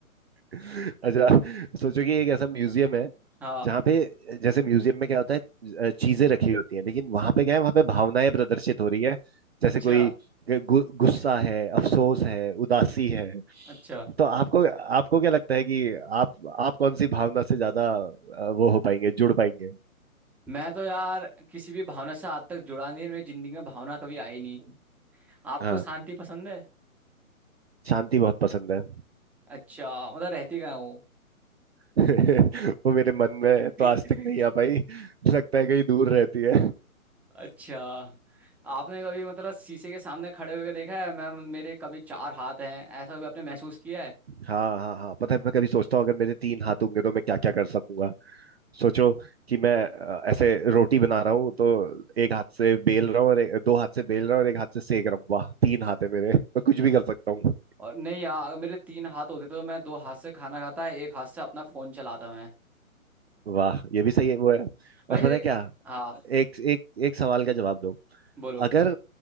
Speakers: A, on the right; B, in the centre.
A: अच्छा सोचो कि एक ऐसा म्यूजियम है
B: हाँ
A: जहाँ पे जैसे म्यूजियम में क्या होता है अ, चीजें रखी होती हैं लेकिन वहां पे क्या है वहां पे भावनाएं प्रदर्शित हो रही है जैसे
B: अच्छा
A: कोई गु, गुस्सा है अफसोस है उदासी है
B: अच्छा
A: तो आपको आपको क्या लगता है कि आप आप कौन सी भावना से ज्यादा अ, वो हो पाएंगे जुड़ पाएंगे
B: मैं तो यार किसी भी भावना से आज तक जुड़ा नहीं मेरी जिंदगी में भावना कभी आई नहीं आपको
A: हाँ
B: शांति पसंद है
A: शांति बहुत पसंद है
B: अच्छा मतलब रहती कहाँ हो
A: <laughs> वो मेरे मन में
B: <laughs>
A: तो आज तक नहीं आ पाई लगता है कहीं दूर रहती है
B: अच्छा आपने कभी मतलब शीशे के सामने खड़े होकर देखा है मैम मेरे कभी चार हाथ हैं ऐसा कभी आपने महसूस किया है
A: हाँ हाँ हाँ पता है मैं कभी सोचता हूँ अगर मेरे तीन हाथ होंगे तो मैं क्या क्या कर सकूंगा सोचो कि मैं अ, ऐसे रोटी बना रहा हूँ तो एक हाथ से बेल रहा हूँ और एक- दो हाथ से बेल रहा हूँ और एक हाथ से सेक रहा हूँ वाह तीन हाथ है मेरे मैं कुछ भी कर सकता हूँ
B: और नहीं यार अगर मेरे तीन हाथ होते तो मैं दो हाथ से खाना खाता एक हाथ से अपना फोन चलाता मैं
A: वाह ये भी सही है वो है
B: वैसे
A: और पता है क्या
B: हाँ
A: एक एक एक सवाल का जवाब दो
B: बोलो
A: अगर